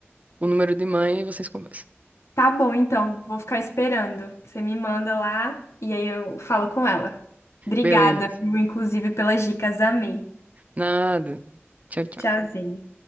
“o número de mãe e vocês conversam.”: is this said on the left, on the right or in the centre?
Right